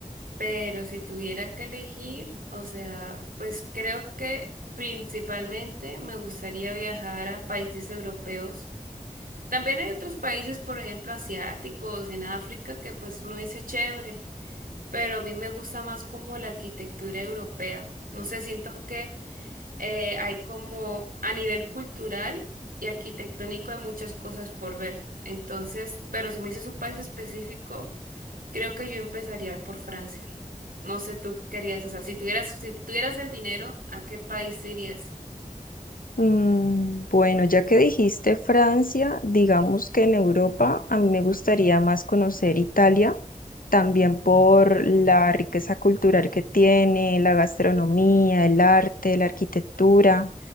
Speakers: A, on the right (about 80°); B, on the left (about 75°).
A: pero si tuviera que elegir, o sea, pues creo que principalmente me gustaría viajar a países europeos También hay otros países, por ejemplo, asiáticos, en África, que pues uno dice chévere, pero a mí me gusta más como la arquitectura europea. No sé, siento que eh, hay como a nivel cultural y arquitectónico hay muchas cosas por ver. Entonces, pero si me dices un país específico, creo que yo empezaría por Francia. No sé, tú querías, o sea, si tuvieras, si tuvieras el dinero, ¿a qué país irías?
B: Mm, Bueno, ya que dijiste Francia, digamos que en Europa a mí me gustaría más conocer Italia, también por la riqueza cultural que tiene, la gastronomía, el arte, la arquitectura.